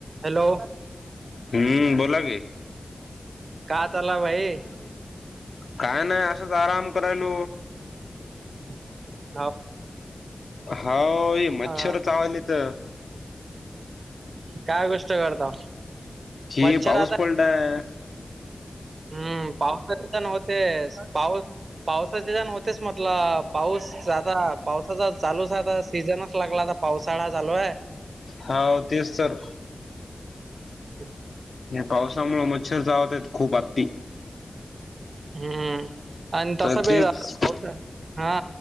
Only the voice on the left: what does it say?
हम्म बोला की
काय नाही असाच आराम करायला.
हाव ही मच्छर
चावलेत तर
कि
पाऊस
पडलाय.
हाव तेच तर
पावसामुळे मच्छर वत आहेत खूप आत्ती.
तर
तेच